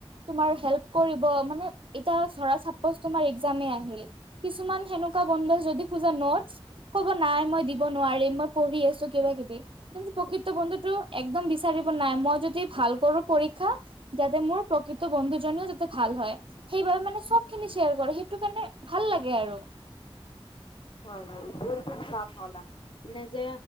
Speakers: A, on the right; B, on the left.
A: তোমাৰ হেল্প কৰিব মানে এতিয়া ধৰা চা'পচ তোমাৰ এক্সামে আহিল কিছুমান সেনেকুৱা বন্ধু যদি খোজা নোটছ ক'ব নাই মই দিব নোৱাৰিম মই পঢ়ি আছো কিবা কিবি কিন্তু প্ৰকৃত বন্ধুতটো একদম বিচাৰিব নাই মই যদি ভাল কৰো পৰীক্ষা যাতে মোৰ প্ৰকৃত বন্ধুজননেও যাতে ভাল হয় সেইবাবে মানে সব খিনি শ্বেয়াৰ কৰে সেইটো কাৰণে ভাল লাগে আৰু।
B: হয়, হয় চফ হলা এনে যে